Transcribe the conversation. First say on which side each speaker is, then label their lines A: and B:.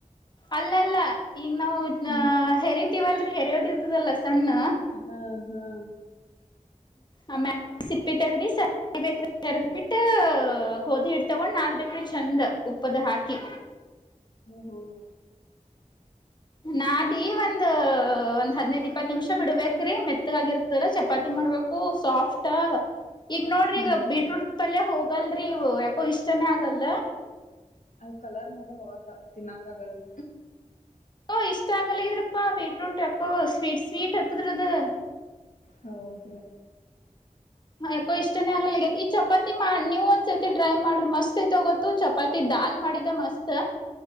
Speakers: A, on the left; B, on the left.
A: ಅಲ್ಲ ಅಲ್ಲ ಈಗ ನಾವು
B: ಹ್ಮ್
A: ಹೆರಿ ತ್ತವಲ್ರರಿ ಹೆರಯೋದಿರ್ತದಲ್ಲ ಸಣ್ಣ
B: ಹಾ ಹಾ
A: ಆಮ್ಯ ಸಿಪ್ಪಿ ತಗ್ರಿ ಸ ಬೇಕ್ರಿ ತರ್ದ್ಬಿಟ್ಟ ಗೋಧಿ ಹಿಟ್ಟ ತಗೊಂಡ್ ನಾದ ಬೇಕ್ರಿ ಚಂದ ಉಪ್ಪದ ಹಾಕಿ
B: ಹ್ಮ ಹ ಹ
A: ನಾದೀ ಒಂದು ಒಂದ್ ಹದ್ನೈದ್ ಇಪ್ಪತ್ತು ನಿಮಿಷ ಬಿಡ್ಬೇಕ್ರಿ ಮೆತ್ತದಾಗಿರ್ತಾರ ಚಪಾತಿ ಮಾಡ್ಬೇಕು ಸಾಫ್ಟ ಈಗ ನೋಡ್ರಿ
B: ಹ್ಮ್
A: ಈಗ ಬೀಟ್ರೂಟ್ ಪಲ್ಲೆ ಹೋಗಿ ಹಗಲ್ರರಿ ಇವು ಯಾಕೋ ಇಷ್ಟನೆೇ ಆಗಲ್
B: ಅ ಕಲರ್ ನೋಡ ಹೋಗಕ್ ತಿನ್ನಕ ಆಗಲ್ರಿ
A: ಓ ಇಷ್ಟ ಆಗಲ್ಲಿದ್ರೆ ಅಪ್ಪಾ ಬೀಟ್್ರೂಟ್ ಅಕ್ಕೋ ಸ್ವೀಟ್ ಸ್ವೀಟ್ ಎತ್ತುದರುದು
B: ಹೌದುಾ
A: ಯಾಕೋ ಇಷ್ಟನೇ ಆಗಲಿ ಈ ಚಪಾತಿ ನೀವ ಒಂದ್ಸತಿ ಟ್ರೈ ಮಾಡ್ರಿ ಮಸ್ತ್ ಐತಗೊತ ಚಪಾತಿ ದಾಲ್ ಮಾಡಿದ ಮಸ್ತ್